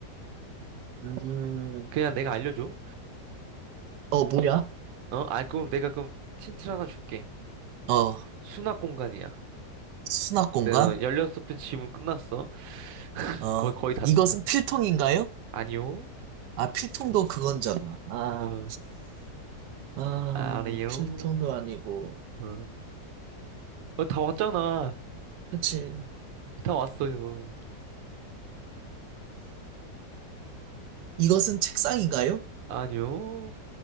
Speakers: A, on the right; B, on the right.
A: 음,
B: 그냥 내가 알려줘.
A: 어 뭐야
B: 어? 아, 그럼 내가 그럼 힌트를 하나 줄게.
A: 어
B: 수납 공간이야.
A: 수납 공간
B: 내가 16번 질문 끝났어.
A: 어
B: 거의, 거의 다
A: 이것은
B: 줬다.
A: 필통인가요?
B: 아니요.
A: 아 필통도 그건잖아 아,
B: 어,
A: 아
B: 아니요.
A: 필통도 아니고
B: 어, 어, 다 왔잖아.
A: 그치
B: 다 왔어요.
A: 이것은 책상인가요?
B: 아니요.